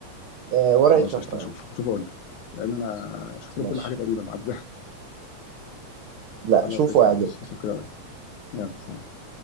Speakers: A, on the right; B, on the left.
A: آه ورقة
B: خلاص
A: شفرة
B: قشطه هشوف
A: اه
B: هشوف اقول لك لان انا شفت
A: ماشي
B: لهم كل حاجه تقريبا <laughs>
A: لا
B: خلاص
A: شوفه
B: قشطة
A: هيعجبك
B: ماشي هشوف كده أقول لك. يلا سلام